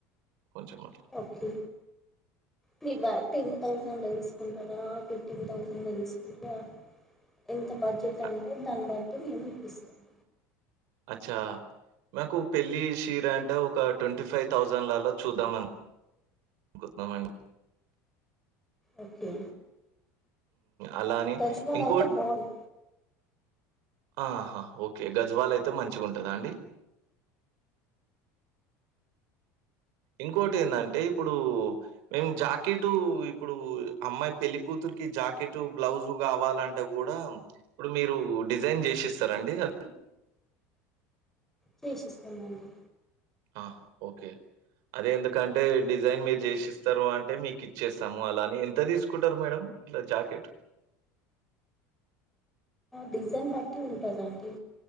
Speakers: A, on the right; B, in the centre.
A: కొంచెం అట్లా.
B: ఓకే మీ బట్టి థౌసండ్ తీసుకుంటార ఫిఫ్టీన్ థౌసౌండ్ తీసుకుంటార కొంత బడ్జెట్
A: అ
B: అంటే దాన్ని బట్టి మేము ఇప్పిస్తాము
A: అచ్చా మాకు పెళ్ళి చీర అంటే ఒక ట్వంటీ ఫైవ్ థౌజండ్ లాలా చూద్దాంని గుర్తుండండి
B: ఓకే
A: అలాని
B: గజ్వాల్
A: ఇంకో
B: అయితే బాగుంది
A: ఆహా ఓకే గజవాల అయితే మంచిగా ఉంటదా అండి ఇంకోటి ఏంటంటే ఇప్పుడు మేం జాకెట్ ఇప్పుడు అమ్మాయి పెళ్లి కూతురు జాకెట్ బ్లౌజు కావాలంటే కూడా ఇప్పుడు మీరు డిజైన్ చేసిస్తార అండి అ
B: చేసిస్తామండి
A: ఆహా ఓకే అదే ఎందుకంటే డిజైన్ మీరు చేసిస్తారు అంటే మీకు ఇచ్చేస్తాము అలాని ఎంత తీసుకుంటారు మేడం ఇట్ల జాకేట్
B: డిజైన్ బట్టి ఉంటదండి